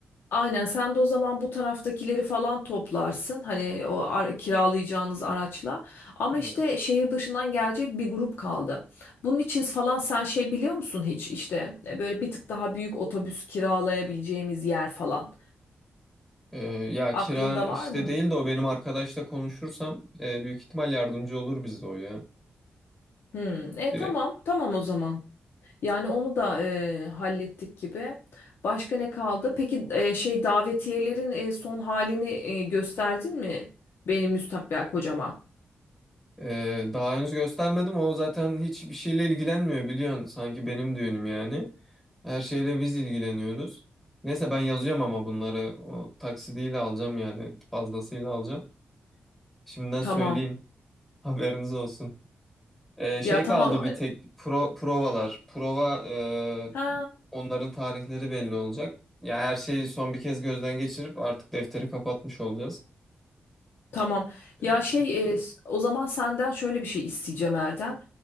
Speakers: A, on the left; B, in the centre.
A: Aynen sen de o zaman bu taraftakileri falan toplarsın hani o ara- kiralayacağınız araçla ama işte
B: Evet.
A: şehir dışından gelecek bir grup kaldı. Bunun için falan sen şey biliyor musun hiç işte e, böyle bir tık daha büyük otobüs kiralayabileceğimiz yer falan
B: E, ya
A: aklında
B: kira
A: var
B: işte
A: mı?
B: değil de o benim arkadaşla konuşursam e, büyük ihtimal yardımcı olur bize o ya.
A: Hmm, e
B: Direkt.
A: tamam tamam o zaman yani onu da e, hallettik gibi. Başka ne kaldı? Peki e, şey davetiyelerin e, son halini e, gösterdin mi benim müstakbel kocama?
B: Ee, daha henüz göstermedim. O zaten hiçbir şeyle ilgilenmiyor biliyorsun. Sanki benim düğünüm yani. Her şeyle biz ilgileniyoruz. Neyse ben yazacağım ama bunları o taksidiyle alacağım yani fazlasıyla alacağım. Şimdiden
A: Tamam.
B: söyleyeyim. <laughs> Haberiniz olsun. Ee, şey
A: Ya tamam.
B: kaldı bir tek pro, provalar. Prova e,
A: Ha,
B: onların tarihleri belli olacak. Ya her şeyi son bir kez gözden geçirip artık defteri kapatmış olacağız.
A: tamam.
B: Ee,
A: Ya şey e, s- o zaman senden şöyle bir şey isteyeceğim Erdem.